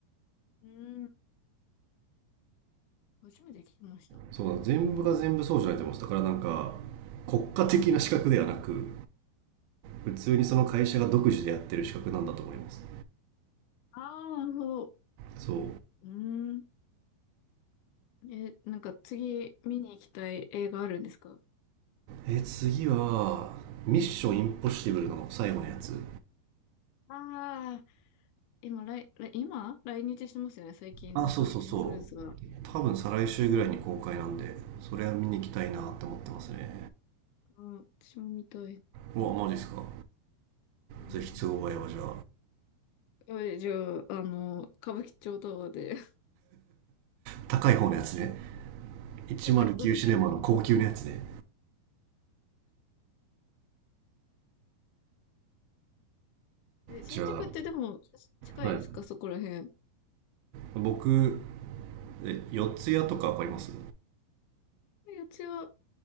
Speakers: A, on the left (about 80°); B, on the right (about 75°).
A: うーん、初めて聞きました。
B: そうなの。全部が全部そうじゃないと思うんです。だからなんか、国家的な資格ではなく、普通にその会社が独自でやってる資格なんだと思います。
A: ああー、なるほど。
B: そう。
A: うーん。え、なんか次見に行きたい映画あるんですか
B: え、次は、ミッションインポッシブルの最後のやつ。
A: ああー、今来、来、今来日してますよね、最近。
B: あ、
A: なんかトム・
B: そうそうそ
A: クルーズが。
B: う。多分再来週ぐらいに公開なんで、それは見に行きたいなって思ってますね。
A: うん、私も見たい。
B: うわ、マジっすか。
A: うん。
B: ぜひ都合合えばじゃあ、
A: え、じゃあ、あの、歌舞伎町タワーで。<laughs>
B: 高い方のやつね。109シネマの高級なやつね。
A: 互いもんですえ、新宿ってでも、
B: じゃあ、
A: 近いですかそこら辺。
B: はい。僕、え、四谷とかわかります
A: え四谷は、